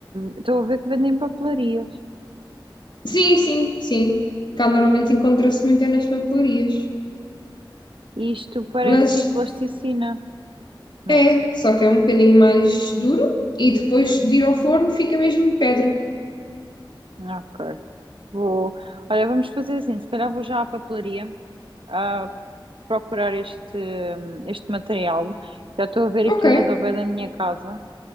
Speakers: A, on the right; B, on the left.
A: Estou a ver que vendem papelarias.
B: Sim, sim, sim. Cá normalmente encontra-se muito é nas papelarias.
A: E isto parece
B: Mas
A: tipo plasticina, não
B: é,
A: é?
B: só que é um bocadinho mais duro e depois de ir ao forno fica mesmo pedra.
A: Ok. Vou. Olha, vamos fazer assim, se calhar vou já à papelaria. Ah, procurar este, hum, este material. Já estou a ver
B: Ok,
A: aqui umas ao pé da minha casa.